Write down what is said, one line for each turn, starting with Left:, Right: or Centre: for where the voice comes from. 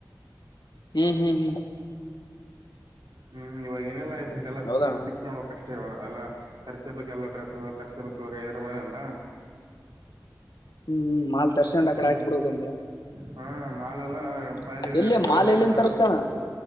Left: ಹ್ಮ್ ಹ್ಮ್ ಹ್ಮ್
Right: ಹ್ಮ್ ಇವಾಗ್ ಏನಿಲ್ಲ ಇಷ್ಟೊತ್ಗೆಲ್ಲ
Left: ಹೌದಣ
Right: ಶಿಪ್ಟ್ ಶಿಫ್ಟ್ ಮಾಡ್ಬೇಕಷ್ಟೆ ಈವಾಗ, ಎಲ್ಲ ತರ್ಸೇ ಬೇಕ್ ಎಲ್ಲ ಡ್ರೆಸ್ ತರ್ಸೇಬೇಕಿವಾಗ್ ಹೈದರಾಬಾದ್ ಎಂದ
Left: ಹ್ಮ್ ಮಾಲ್ ತರ್ಸ್ಕೊಂಡ್ ಆಕಡೆ
Right: ಹ್ಮ್
Left: ಹಾಕಿ ಬಿಡ್ಬೇಕಂದ
Right: ಹ ಮಾಲೆೆಲ್ಲ
Left: ಹ್ಮ್
Right: ಕ್ವಾಲ್ಟಿದೆ
Left: ಎಲ್ಲಿ
Right: ಕ್ವಾಲ್ಟಿ
Left: ಮಾಲ್ ಎಲ್ಲಿಂದ
Right: ಎಲ್ಲ ತರದ್
Left: ತರ್ಸ್ತಾನ